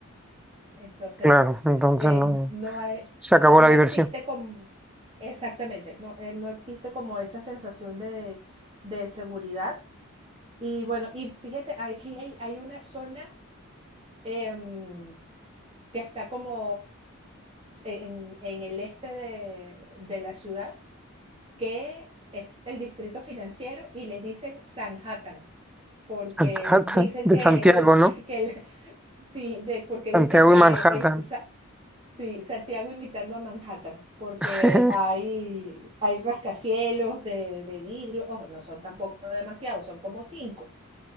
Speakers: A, on the right (about 30°); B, in the centre.
A: Entonces,
B: claro, entonces
A: eh,
B: no...
A: no hay,
B: Se acabó
A: no
B: la diversión.
A: existe como, exactamente, no, eh, no existe como esa sensación de, de seguridad. Y bueno, y fíjate, aquí hay, hay una zona... em, que está como en, en el este de, de la ciudad, que es el distrito financiero y le dicen Sanhattan, porque
B: <laughs> Manhattan,
A: dicen
B: de
A: que,
B: Santiago, ¿no?
A: que, que el- sí, de- porque dicen
B: Santiago
A: que
B: y Manhattan.
A: es Sa- sí, Santiago imitando a Manhattan, porque
B: <laughs>
A: hay, hay rascacielos de, de vidrio, ojo, no son tampoco demasiados, son como cinco,